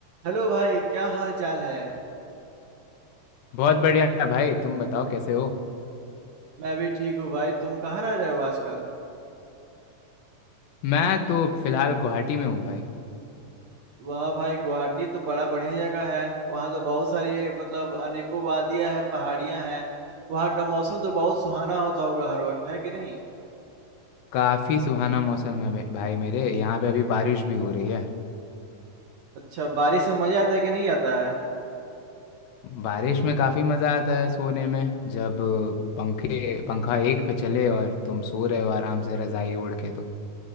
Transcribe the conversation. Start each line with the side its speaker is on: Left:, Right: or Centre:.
Right: हेलो भाई, क्या हाल-चाल है?
Left: बहुत बढ़िया भाई तुम बताओ कैसे हो
Right: मैं भी ठीक हूँ भाई, तुम कहाँ रह रहे हो आजकल?
Left: मैं तो फिलहाल गुवाहाटी में हूँ भाई
Right: वाह भाई, गुवाहाटी तो बड़ा बढ़िया जगह है। वहाँ तो बहुत सारे मतलब अनेकों वादियाँ हैं, पहाड़ियाँ हैं। वहाँ का मौसम तो बहुत सुहाना होता होगा हर वक़्त, है कि नहीं?
Left: काफ़ी सुहाना मौसम है बे- भाई मेरे यहाँ पे अभी बारिश भी हो रही है
Right: अच्छा, बारिश में मज़ा आता है कि नहीं आता है?
Left: बारिश में काफ़ी मज़ा आता है सोने में जब अ, पंखे पंखा एक पे चले और तुम सो रहे हो आराम से रज़ाई ओढ़ के तो